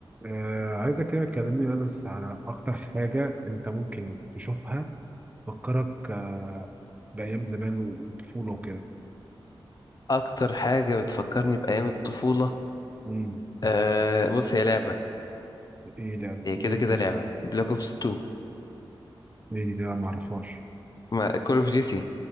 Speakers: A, on the right; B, on the left.
A: آه، عايزك كده تكلمني يا أنس على أكتر حاجة أنت ممكن تشوفها تفكرك آه، بأيام زمان و- وطفولة وكده
B: اكتر حاجه بتفكرني بايام الطفوله
A: مم.
B: أه بص هي لعبه
A: إيه ده لعبة
B: هي كده
A: إيه
B: كده لعبه بلاك اوبس 2
A: إيه دي ده ما أعرفهاش
B: ما كول اوف ديوتي